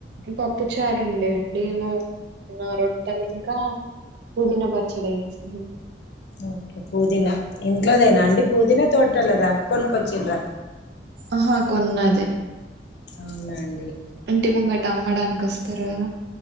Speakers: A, on the right; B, on the left.
A: పప్పు చారు ఉండేయండి మేము రొట్టలు ఇంకా పుదీనా పచ్చడి వేస్తు
B: ఓకే పుదీనా ఇంట్లోదేనా అండి పుదీనా తోట్టాలదా కొనుకొచ్చండ్రా
A: ఆహా కొన్నది
B: అవునా అండి
A: అంటే ముంగటి అమ్మడానికి వస్తారు కదా